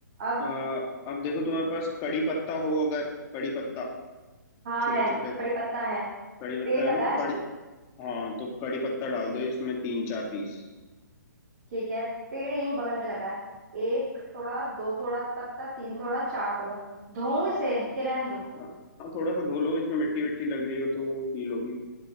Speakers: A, on the right; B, on the left.
A: अब
B: आ, अब देखो तुम्हारे पास कड़ी पत्ता हो अगर कड़ी पत्ता
A: हाँ
B: छोटे
A: है
B: छोटे
A: कड़ी पत्ता है
B: कड़ी
A: पेड़
B: पत्ता
A: लगा
B: है ना तो
A: है
B: कड़ी हाँ तो कड़ी पत्ता डाल दो इसमें तीन चार पीस
A: ठीक है पेड़ यहीं बगल में लगा है एक थोड़ा दो थोड़ा पत्ता तीन थोड़ा चार थोड़ा धोऊं इसे कि रहने दूं
B: हाँ हाँ थोड़ा सा धो लो इसमें मिट्टी विट्टी लग रही हो तो वो फील होगी